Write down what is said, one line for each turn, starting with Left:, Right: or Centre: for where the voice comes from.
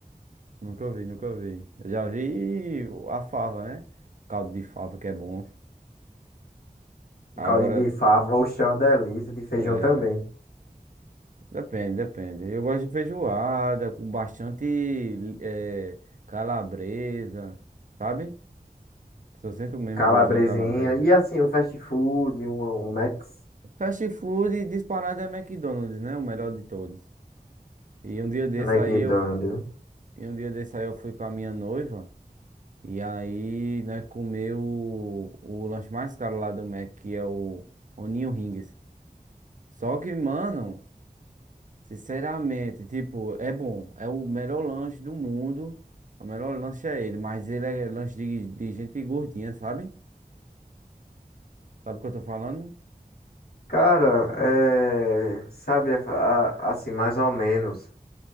Right: Nunca vi, nunca vi. Eu já vi a fava, né? Caldo de fava que é bom.
Left: O
Right: Agora,
Left: caldinho de fava, o chão é uma delícia, de feijão
Right: é,
Left: também.
Right: depende, depende. Eu gosto de feijoada com bastante é, calabresa, sabe? Só sinto o mesmo
Left: Calabresinha,
Right: gosto da calabresa.
Left: e assim, um fast food, um, um Max,
Right: Fast food disparado é McDonald's, né? O melhor de todos. E um dia desse
Left: McDonald's.
Right: aí eu, fu- e um dia desse aí eu fui com a minha noiva e aí nós comeu o, o lanche mais caro lá do Mac, que é o Onion Rings. Só que, mano, sinceramente, tipo, é bom. É o melhor lanche do mundo. O melhor lanche é ele, mas ele é lanche de, de gente gordinha, sabe? Sabe o que eu tô falando?
Left: Cara, é. Sabe, a- a- assim, mais ou menos.